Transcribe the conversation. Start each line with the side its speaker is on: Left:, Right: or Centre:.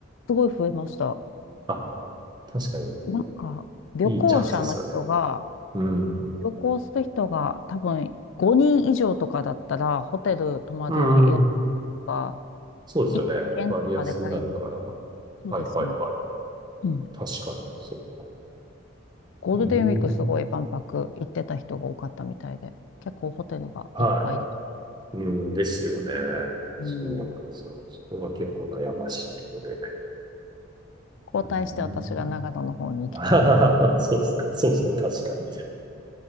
Left: すごい増えました。
Right: あ、確かに、
Left: なんか、旅行者の人が、
Right: いいチャンスですよね。うん。
Left: 旅行する人が多分5人以上とかだったら、ホテル泊まるよりエアビ
Right: うん。
Left: ーが
Right: そうですよね。
Left: 1軒とかで借りれるから。
Right: 割安になるから。は
Left: そうですね。
Right: いはいはい。
Left: うん。
Right: 確かに、そうか。
Left: ゴールデンウィークすごい万博行ってた人が多かったみたいで、
Right: うーん。
Left: 結構ホテルがいっぱいです。
Right: はい。うん、ですよね。
Left: うん。
Right: そうなんですよ。そこが結構悩ましいところで。
Left: 交代して私が長野の方に行きたい。
Right: うん。<laughs> そうっすか。そうですね。確かに。